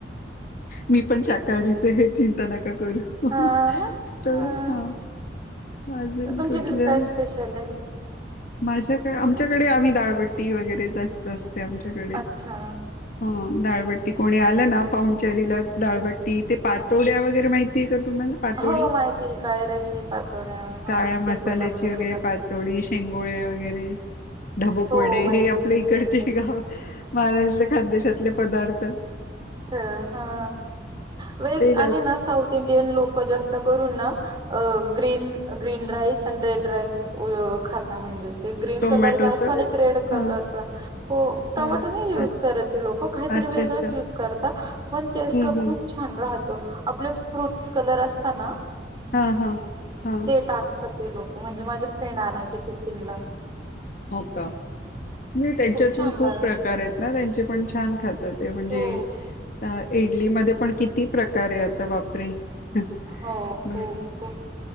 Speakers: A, on the left; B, on the right.
A: मी पण शाकाहारीच आहे चिंता न नका करू
B: हां ना?
A: तर
B: हां.
A: हा अजून
B: तुमच्याकडे
A: कुठल्या
B: काय स्पेशल आहे?
A: माझ्याकडे आमच्याकडे आम्ही दाळबट्टी वगैरे जास्त असते आमच्याकडे
B: अच्छा
A: हा, डाळबट्टी कोणी आलं ना पाहुणचारीला डाळबट्टी ते पातोड्या वगैरे माहितीय का तुम्हाला पातोडी
B: हो माहिती आहे, काळीराशी पातोड्या हा
A: काळया मसाल्याची
B: ते पण आमच्याकडे
A: वगैरे
B: करतात.
A: पातोडी शेंग शेंगोळे वगैरे. ढबुक
B: हो
A: वडे
B: माहिती
A: हे आपल्या
B: मिळाली
A: इकडचे का महाराष्ट्र खानदेशातले पदार्थ
B: ह हा वेग
A: ते
B: आणि ना साऊथ इंडियन लोक जास्त त करून ना अह ग्रीन ग्रीन राईस आणि रेड राईस खाता म्हणजे ते ग्रीन
A: टोमॅटोच
B: कलर जा आणि एक रेड कलरचा,
A: हा
B: हो टोमॅटो
A: हा
B: नाही युज
A: अच्छा
B: करत लोक काहीतरी
A: अच्छा
B: वेगळंच
A: अच्छा
B: युज करता पण टेस्ट
A: हम्म
B: खूप
A: हम्म
B: छान राहतो आपले फ्रूटस कलर असताना
A: हा हा हा
B: ते टाकतात ते लोक म्हणजे माझे फ्रेंड आणायचे टिफीनला
A: हो का नाही त्यांच्यात
B: छान
A: पण खूप
B: लागायच
A: प्रकार आहेत ना त्यांचे पण छान खात म्हणजे
B: हो
A: आता इडली मधे पण किती प्रकार बापरे, ! बरोबर,
B: हो खूप खूप